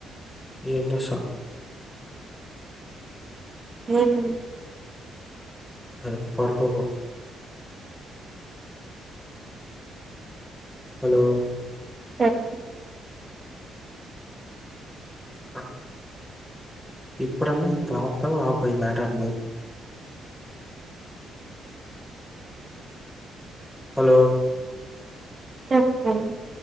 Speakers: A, in the centre; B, on the right.
A: ఎం చేస్తానవ్
B: ఎం లేదు
A: సరే పడుకోపో హలో
B: చెప్పు
A: ఆ ఇప్పుడన్నా ఇంకా ఆప్తావ ఆపవ ఈ మటర్ని హలో
B: చెప్తా